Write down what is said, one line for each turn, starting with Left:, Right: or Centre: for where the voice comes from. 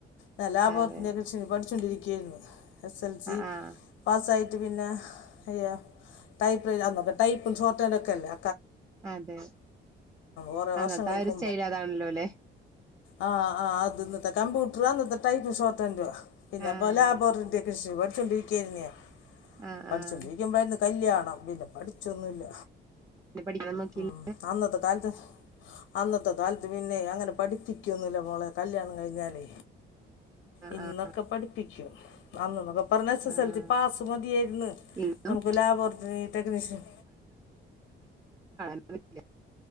Left: ന ലാബോട്ട്
Right: അതെ
Left: ടെക്നീഷ്യൻ പഠിച്ചുകൊണ്ടിരി <unintelligible> എസ്എൽസി
Right: ആഹ് ആഹ്
Left: പാസായി പിന്നെ അയ്യോ ടൈപ്പ് അന്നൊക്കെ ടൈപ്പും <unintelligible> ഒക്കെയല്ലേ
Right: അതെ
Left: കുറേ
Right: അന്നത
Left: വർഷങ്ങൾക്ക്
Right: ഒരു സ്റ്റൈൽ അതാണല്ലോ അല്ലെ
Left: ആ ആ അത് ഇന്നത്തെ കമ്പൂട്ടർ അന്നത്തെ ടൈപ്പ് ഷോർട്ട്ന്റും പിന്നെപ്പം
Right: ആഹ്
Left: ലാബ് <unintelligible> ടെക്നീഷ്യൻ ച്ചോണ്ടിരിക്കല്ലിയോ
Right: ആഹ്
Left: പഠിച്ചോണ്ടിരിക്കുമ്പോ
Right: ആഹ്
Left: <unintelligible> കല്യാണം വിന് പഠിച്ചൊന്നുല്ല
Right: പിന്നെ പഠിക്കണം നോക്കിയില്ല
Left: ഉം അന്നത്തെ താലത്ത് അന്നത്തെ താലത്ത് പിന്നെ അങ്ങനെ പഠിപ്പി ക്കൊന്നുല്ല മോളെ കല്യാണം കഴിഞ്ഞാല് ഇന്നൊക്കെ
Right: ആഹ്
Left: പഠിപ്പിക്കും അന്ന്തകം അന്ന് എസ് എസ്
Right: ആഹ്
Left: എൽ സി പാസ് മതിയായിരുന്നു
Right: ഇന്നും
Left: നമുക്ക് ലാബോറട്ടറി ടെക്നീഷ്യൻ
Right: ഇല്ല